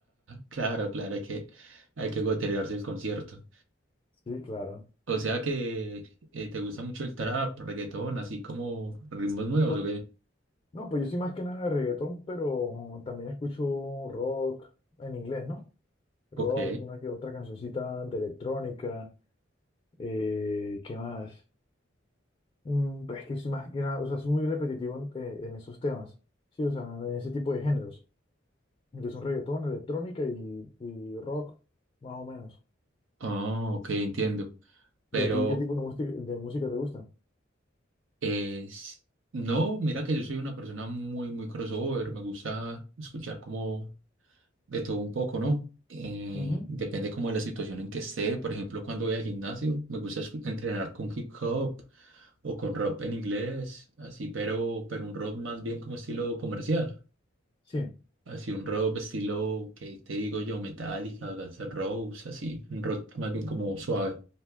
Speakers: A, on the right (about 85°); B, on the left (about 25°).
A: Claro, claro, hay que, hay que goterearse el concierto.
B: Sí, claro.
A: O sea que eh, te gusta mucho el trap, reggaetón, así como ritmos nuevos,
B: pues
A: ¿o qué?
B: No, pues yo soy más que nada de reggaetón, pero también escucho rock en inglés, ¿no? Rock,
A: Ok.
B: una que otra cancioncita de electrónica, eh, ¿qué más? Mm, pues es que soy más que nada, o sea, soy muy repetitivo en, eh, en esos temas, sí, o sea, en ese tipo de géneros, que son reggaetón, electrónica y, y rock, más o menos.
A: Oh, ok, entiendo. Pero
B: ¿Y a ti qué tipo de, música de música te gusta?
A: es... No, mira que yo soy una persona muy, muy crossover. Me gusta escuchar como de todo un poco, ¿no? Eh,
B: Ujú,
A: depende como de la situación en que esté. Por ejemplo, cuando voy al gimnasio, me gusta escu- entrenar con hip hop o con rock en inglés, así, pero, pero un rock más bien como estilo comercial.
B: Sí.
A: Así un rock estilo, que te digo yo? Metallica, Guns N' Roses, así, un rock más bien como suave.